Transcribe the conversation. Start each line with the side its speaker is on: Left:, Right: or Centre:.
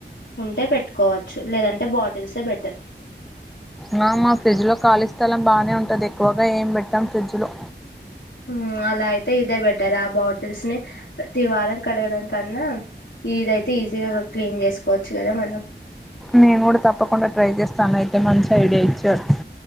Left: ఉంటే పెట్ పట్టుకోవచ్చు లేదంటే బాటిల్స్ తె బెటర్
Centre: నా మా ఫ్రిజ్ లో ఖాళీ స్థలం బానే ఉంటది ఎక్కువగా ఏం పెట్టం ఫ్రిజ్ లో
Left: మ్మ్ అలా అయితే ఇదే బెటర్ ఆ బాటిల్స్ ని ప్రతి వారం కడగడం కన్నా ఇదయితే ఈజీగా క్లీన్ చేసుకోవచ్చు కదా మన్ అ
Centre: నేను కూడా తప్పకుండా ట్రై చేస్తానయితే మంచి ఐడియా ఇచ్చారు